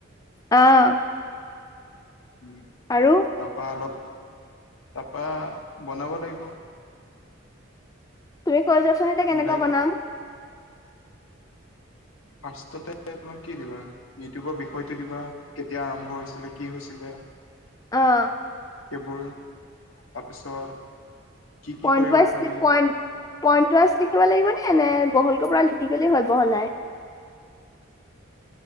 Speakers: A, on the left (about 15°); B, on the left (about 85°).
A: অঁ।
B: উম।
A: আৰু?
B: তাৰপাৰ অলপ তাৰপা বনাব লাগিব।
A: তুমি কৈ যোৱা চোন এতিয়া কেনেকুৱা
B: মিলাই কৰি
A: বনাম?
B: ফাৰ্ষ্টতে তুমি কি দিবা, ইউটিউবৰ বিষয়টো দিবা। কেতিয়া আৰম্ভ হৈছিলে কি হৈছিলে
A: অ',
B: সেইবোৰ তাৰপিছত কি কি
A: পইণ্ট
B: কৰিব
A: ৱাইজ
B: পাৰি।
A: পইণ্ট পইণ্ট ৱাইজ লিখিব লাগিব নে, নে বহলকৈ পোৰা লিখি গ'লে হ'ল বহলাই?